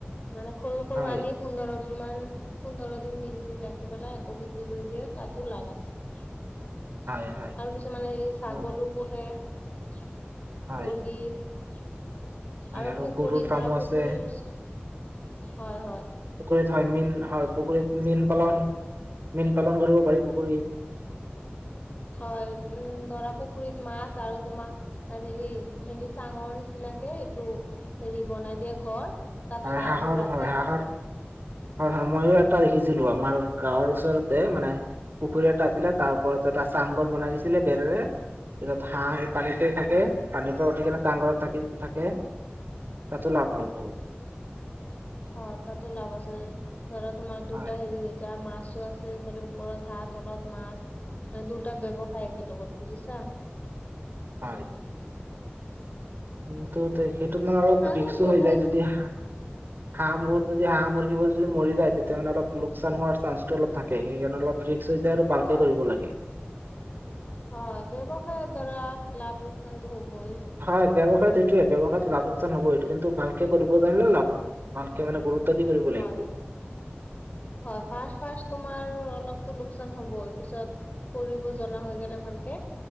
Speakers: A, on the left (about 35°); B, on the right (about 55°).
A: মানে সৰু সৰু
B: হয়
A: আনি পোন্ধৰ কিমান পোন্ধৰ দিন বিশ দিন ৰাখি পেলাই আকৌ বিক্ৰী কৰি দিয়ে তাতো লাভ আছে
B: হয় হয়
A: আৰু কিছুমানে হেৰি ছাগলী
B: আৰু
A: পোহে উম
B: হয়
A: মুৰ্গী <unintelligible>
B: হয়
A: আৰু পুখুৰী
B: গৰুৰ ফাৰ্মো
A: ধৰা পুখুৰী
B: আছে
A: ওচৰত হয় হয়
B: পুখুৰীত হয় মীন হয় পুখুৰীত মীন পালন মীন পালন কৰিব পাৰি পুখুৰীত
A: হয় উম ধৰা পুখুৰীত মাছ আৰু তোমাৰ হেৰি হেৰি চাঙৰ নিচিনাকে এইটো হেৰি বনাই দিয়ে ঘৰ তাত
B: হয়
A: হাঁহবোৰ
B: হাঁহৰ
A: ৰাখে
B: হয় হাঁহৰ হয় হয় ময়ো টা দেখিছিলো
A: হয়
B: আমাৰ গাঁৱৰ ওচৰতে মানে পুখুৰী এটা আছিলে তাৰ ওপৰত এটা চাংঘৰ বনাই দিছিলে বেৰেৰে পিছত হাঁহ পানীতে থাকে পানীৰ পৰা উঠি কিনে চাংঘৰত থাকি থাকে তাতো লাভ হল বহুত
A: অ তাতো লাভ আছে ধৰা তোমাৰ দুটা
B: হয়
A: হেৰি হৈ যায় মাছো আছে ফালে ওপৰত হাত তলত মাছ এ দুটা ব্যৱসায় একেলগত বুজিছা
B: হয় কিন্তু তেখেত তোমাৰ অলপ
A: আৰু
B: ৰিস্ক ও
A: বহুত
B: হৈ যায় যদি হাঁ হাঁবোৰ যদি হাহ মুৰ্গীবোৰ যদি মৰি যায় তেতিয়া হল্ অলপ লোকচান হোৱাৰ চান্সটো অলপ থাকে সেইকাৰণে অলপ ৰিক্স এতিয়া আৰু
A: হয়
B: ভালকে কৰিব লাগে
A: হয় ব্যৱসায়ৰ দ্বাৰা লাভ লোকচানটো হ'ব বই
B: হয় ব্যৱসায়ত এইটোয়ে ব্যৱসায় লাভ লোকচান হব এইটো কিন্তু ভালকে কৰিব পাৰিলে লাভ হব ভালকে মানে গুৰুত্ব গুৰুত্ব দি কৰিব
A: হয়
B: লাগিব
A: হয় ফাষ্ট ফাষ্ট তোমাৰ অলপতো লোকচান হ'বই পিছত কৰিব জনা হৈ গলে ভালকে